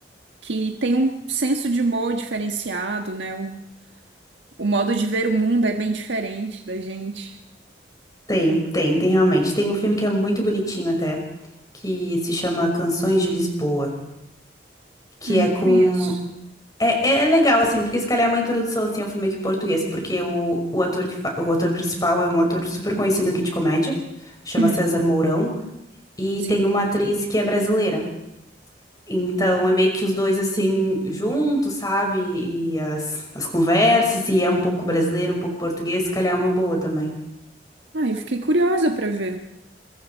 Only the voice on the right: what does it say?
que tem um senso de humor diferenciado, né? O, o modo de ver o mundo é bem diferente da gente.
Ai,
não
conheço.
Hum,
sim.
Ah, eu fiquei curiosa para ver.